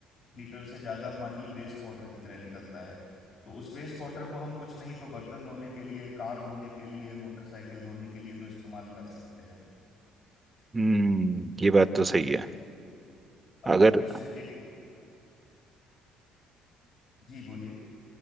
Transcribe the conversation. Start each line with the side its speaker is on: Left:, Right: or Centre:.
Left: लीटर से ज्यादा पानी वेस्ट वाटर की तरह निकलता है तो उस वेस्ट वाटर को हम कुछ नहीं तो बर्तन धोने के लिए कार धोने के लिए मोटरसाइकिल धोने के लिए तो इस्तेमाल कर सकते हैं
Right: हम्म ये बात तो सही है
Left: अभी
Right: अगर
Left: कुछ एक जी बोलिए